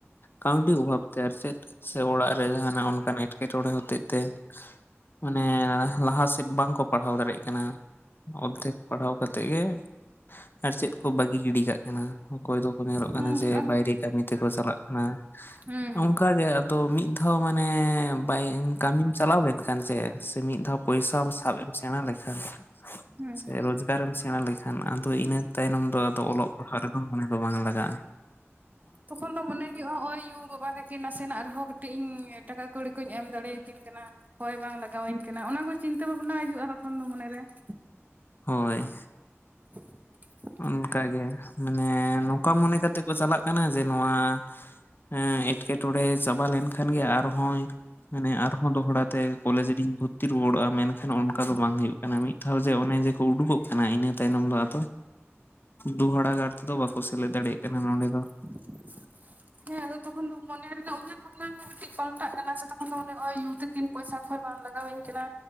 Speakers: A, on the left; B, on the right.
A: ᱠᱟᱹᱣᱰᱤ ᱚᱵᱷᱟᱵᱽ ᱛᱮ ᱟᱨ ᱪᱮᱫ ᱥᱮ ᱚᱲᱟᱜ ᱨᱮ ᱡᱟᱦᱟᱸᱱᱟᱜ ᱚᱱᱠᱟᱱ ᱮᱸᱴᱠᱮ-ᱴᱚᱬᱮ ᱦᱚᱛᱮᱡᱽ ᱛᱮ? ᱢᱟᱱᱮ ᱞᱟᱦᱟ ᱥᱮᱫ ᱵᱟᱝ ᱠᱚ ᱯᱟᱲᱦᱟᱣ ᱫᱟᱲᱮᱭᱟᱜ ᱠᱟᱱᱟ᱾ ᱚᱨᱫᱷᱮᱠ ᱯᱟᱲᱦᱟᱣ ᱠᱟᱛᱮ ᱜᱮ ᱟᱨ ᱪᱮᱫ ᱠᱚ ᱵᱟᱹᱜᱤ ᱜᱤᱰᱤ ᱠᱟᱜ ᱠᱟᱱᱟ? ᱚᱠᱚᱭ ᱠᱚᱠᱚ ᱧᱮᱞᱚᱜ ᱠᱟᱱᱟ
B: ᱦᱩᱸ
A: ᱡᱮ
B: ᱟᱨ
A: ᱵᱟᱭᱨᱮ ᱠᱟᱹᱢᱤ ᱛᱮᱠᱚ ᱪᱟᱞᱟᱜ ᱠᱟᱱᱟ ᱾
B: ᱦᱩᱸ
A: ᱚᱱᱠᱟ ᱜᱮ ᱟᱫᱚ ᱢᱤᱫ ᱫᱷᱟᱹᱣ ᱢᱟᱱᱮ ᱵᱟᱭ ᱠᱟᱹᱢᱤᱢ ᱪᱟᱹᱞᱟᱣ ᱞᱮᱱ ᱠᱷᱟᱱ ᱥᱮ ᱥᱮ ᱢᱤᱫ ᱫᱷᱟᱹᱣ ᱯᱚᱭᱥᱟᱢ ᱥᱟᱵᱽ ᱮᱢ ᱥᱮᱬᱟ ᱞᱮᱠᱷᱟᱱ,
B: ᱦᱩᱸ
A: ᱥᱮ ᱨᱳᱡᱽᱜᱟᱨᱮ ᱮᱢ ᱥᱮᱬᱟ ᱞᱮᱠᱷᱟᱱ ᱟᱫᱚ ᱤᱱᱟᱹ ᱛᱟᱭᱱᱚᱢ ᱫᱚ ᱟᱹᱫᱚ ᱚᱞᱚᱜ ᱯᱟᱲᱦᱟᱜ ᱨᱮᱫᱚ ᱢᱚᱱᱮ ᱫᱚ ᱵᱟᱝ ᱞᱟᱜᱟᱜᱼᱟ ᱾
B: ᱛᱚᱠᱷᱚᱱ ᱫᱚ ᱢᱚᱱᱮ ᱦᱩᱭᱩᱜᱼᱟ, ᱱᱚᱜᱼᱚᱭ ᱚᱭᱩ ᱵᱟᱵᱟ ᱜᱮ ᱠᱤᱱ ᱱᱟᱥᱮ ᱱᱟᱜ ᱨᱮᱦᱚᱸ ᱠᱟᱹᱴᱤᱡ ᱤᱧ ᱴᱟᱠᱟ ᱠᱟᱹᱣᱲᱤ ᱠᱚᱧ ᱮᱢ ᱫᱟᱲᱮᱭᱼᱟ ᱠᱤᱱ ᱠᱟᱱᱟ ᱾ ᱦᱚᱭ ᱵᱟᱝ ᱞᱟᱜᱟᱣᱟᱹᱧ ᱠᱟᱱᱟ᱾ ᱚᱱᱟ ᱠᱚ ᱪᱤᱱᱛᱟᱹ ᱵᱷᱟᱵᱽᱱᱟ ᱦᱤᱡᱩᱜᱼᱟ, ᱛᱚᱠᱷᱚᱱ ᱫᱚ ᱢᱚᱱᱮ ᱨᱮ ᱾
A: ᱦᱳᱭ ᱾
B: <inaudible>
A: ᱚᱱᱠᱟ ᱜᱮ ᱢᱟᱱᱮ ᱱᱚᱝᱠᱟ ᱢᱚᱱᱮ ᱠᱟᱛᱮ ᱠᱚ ᱪᱟᱞᱟᱜ ᱠᱟᱱᱟ ᱡᱮ ᱱᱚᱣᱟ ᱮᱸ ᱮᱸᱴᱠᱮ-ᱴᱚᱬᱮ ᱪᱟᱵᱟ ᱞᱮᱱ ᱠᱷᱟᱱ ᱜᱮ ᱟᱨᱦᱚᱸᱭ ᱢᱟᱱᱮ ᱟᱨᱦᱚᱸ ᱫᱚᱦᱲᱟ ᱛᱮ ᱠᱚᱞᱮᱡᱽ ᱨᱤᱧ ᱵᱷᱩᱨᱛᱤ ᱨᱩᱣᱟᱹᱲᱚᱜᱼᱟ, ᱢᱮᱱᱠᱷᱟᱱ ᱚᱱᱠᱟ ᱫᱚ ᱵᱟᱝ ᱦᱩᱭᱩᱜ ᱠᱟᱱᱟ ᱾ ᱢᱤᱫ ᱫᱷᱟᱹᱣ ᱡᱮ ᱚᱱᱮ ᱡᱮ ᱠᱚ ᱩᱰᱩᱠᱚᱜ ᱠᱟᱱᱟ, ᱤᱱᱟᱹ ᱛᱟᱭᱱᱚᱢ ᱫᱚ ᱟᱫᱚ ᱫᱩᱦᱟᱲᱟ ᱜᱟᱨ ᱛᱮᱫᱚ ᱵᱟᱠᱚ ᱥᱮᱞᱮᱫ ᱫᱟᱲᱮᱭᱟᱜ ᱠᱟᱱᱟ ᱱᱚᱰᱮ ᱫᱚ ᱾
B: <inaudible> ᱦᱮᱸ ᱟᱫᱚ ᱛᱚᱠᱷᱚᱱ ᱫᱚ ᱢᱚᱱᱮ ᱨᱮᱱᱟᱜ ᱩᱭᱦᱟᱹᱨ ᱵᱷᱟᱵᱽᱱᱟ ᱦᱚᱸ ᱢᱤᱫᱴᱤᱡ ᱯᱟᱞᱴᱟᱜ ᱠᱟᱱᱟ, ᱛᱚᱠᱷᱚᱱ ᱫᱚ ᱛᱤᱠᱤᱱ ᱯᱚᱭᱥᱟᱹ ᱠᱷᱚᱡ ᱵᱟᱝ ᱞᱟᱜᱟᱣ ᱟᱹᱧ ᱠᱟᱱᱟ,